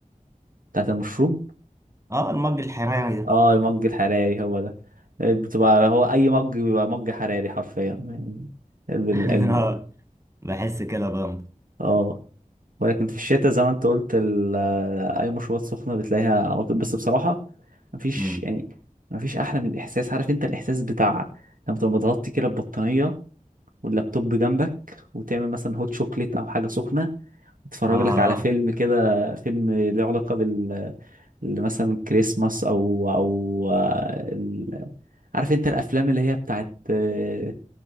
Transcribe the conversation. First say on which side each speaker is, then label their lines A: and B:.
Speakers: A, on the right; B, on the right.
A: بتاعت المشروب
B: أه المج الحراري ده
A: اه المج الحراري هو ده بتبقى هو اي مج بيبقى مج حراري حرفيا يعني ال...
B: <laughs>
A: ال...
B: أه بحس كده برضه
A: اه ولكن في الشتاء زي ما انت قلت ال- آه، اي مشروبات سخنه بتلاقيها على طول بس بصراحه مفيش
B: أمم.
A: يعني مفيش احلى من الاحساس عارف انت الاحساس بتاع لما تبقى متغطي كده ببطانيه واللابتوب جنبك وتعمل مثلا هوت شوكليت او حاجه سخنه وتتفرج
B: أه
A: لك على فيلم كده فيلم له علاقه بال اللي مثلا كريسماس او او آه، ال- عارف انت الافلام اللي هي بتاعت آه،